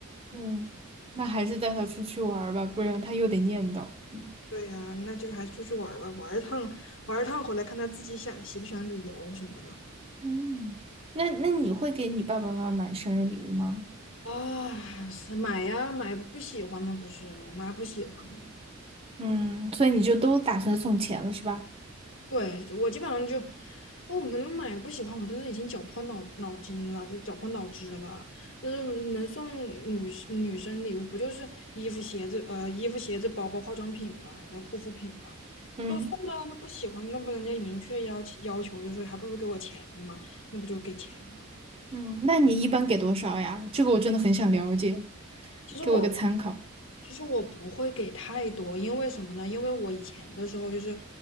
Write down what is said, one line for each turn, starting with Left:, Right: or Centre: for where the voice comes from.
Right: 嗯，那还是带她出去玩儿吧，不然她又得念叨。嗯
Left: 对呀，那就还是出去玩儿吧，玩儿一趟，玩儿一趟回来，看他自己想喜不喜欢旅游什么的。
Right: 嗯，那那你会给你爸爸妈妈买生日礼物吗？
Left: 啊，是买呀，买不喜欢吗？不是，我妈不喜欢吗？
Right: 嗯，所以你就都打算送钱了是吧？
Left: 对，我基本上就，那我们买的不喜欢，我都是已经绞破脑脑筋了，就绞破脑汁了。就是能送女士女生礼物，不就是衣服、鞋子，呃，衣服、鞋子、包包、化妆品嘛，的护肤品嘛，
Right: 嗯
Left: 都送了，那不喜欢，那不人家明确要求要求，就说还不如给我钱呢嘛，那不就给钱
Right: 嗯，那你一般给多少呀？这个我真的很想了解，
Left: 其实我
Right: 给我一个参考。
Left: 其实我不会给太多，因为什么呢？因为我以前的时候就是，